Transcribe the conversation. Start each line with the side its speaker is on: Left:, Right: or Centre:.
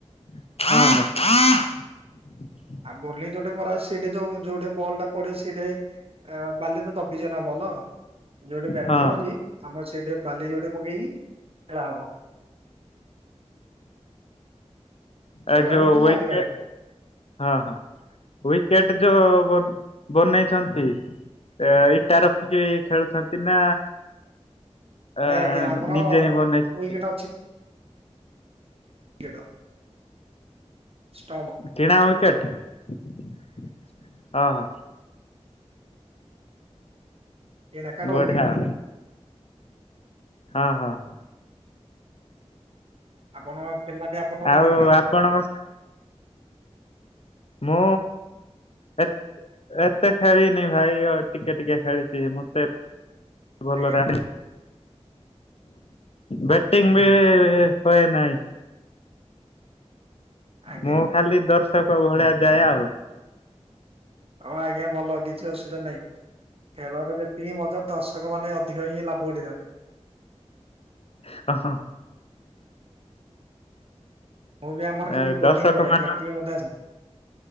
Left: <inaudible>
Right: ଆଉ ବୋଲିଂ ଯୋଉଟେ କରାହଉଛି। ସେଇଟେ ଯୋଉ ଯୋଉଠି ବଲ୍ ଟା ପଡିବ ସେଇଠେ ଆ ବାଲିରେ ଦବିଯିବ ନା ବଲ। ଯୋଉଠି ବ୍ୟାଟିଙ୍ଗ
Left: ହଁ
Right: ହଉଛି ଆମର ସେଇଠି ବାଲି ଯୋଡେ ପକେଇକି ଖେଳା ହବ। ଖେଳ
Left: ଆ ଯୋଉ
Right: କିନ୍ତୁ
Left: ୱେଟେ
Right: ଜାରି ରହିବ
Left: ହଁ ହଁ ୱିକେଟ ଯୋଉ ବନ ବନେଇଛନ୍ତି।
Right: ଆଜ୍ଞା।
Left: ଇଟା ରଖିକି ଖେଳୁଛନ୍ତି ନା ଆ
Right: ନାଇଁ ଆଜ୍ଞା ଆମର
Left: ନିଜେ ହିଁ ବନେଇଛନ୍ତି।
Right: ୱିକେଟ <unintelligible> ଷ୍ଟମ।
Left: କିଣା <unintelligible> ହଁ ହଁ।
Right: ଏନାକାର
Left: ବଢିଆ
Right: ୱିକେଟ
Left: ଆଉ ହଁ ହଁ।
Right: ଆପଣ ଖେଲି ନାହାନ୍ତି ଆପଣ ଗୋଟେ
Left: ଆଉ
Right: <unintelligible>
Left: ଆପଣଙ୍କ ସା ମୁଁ ଏ ଏତେ ଖେଳିନି ଭାଇ ଟିକେ ଟିକେ ଖେଳିଛି ମତେ ଭଲରେ
Right: ଆଜ୍ଞା
Left: ଆ ବ୍ୟାଟିଙ୍ଗ ବି ହୁଏ ନାହିଁ।
Right: ଆଜ୍ଞା
Left: ମୁଁ ଖାଲି ଦର୍ଶକ ଭଳିଆ ଯାଏ ଆଉ।
Right: ହଁ ଆଜ୍ଞା ଭଲ କିଛି ଅସୁବିଧା ନାହିଁ। ଖେଳର ଯେତିକି ମଜା ଦର୍ଶକ ମାନେ ଅଧିକ ହିଁ ଲାଭ ଉଠେଇଥାନ୍ତି।
Left: ହଁ ହଁ।
Right: ମୁଁ ବି ଆମର
Left: ଏ
Right: ଖାଲି ବୋଲିଂ
Left: ଦର୍ଶକ
Right: କରେ
Left: ମାନ
Right: ବ୍ୟାଟିଂ ମଧ୍ୟ ଆସିନି।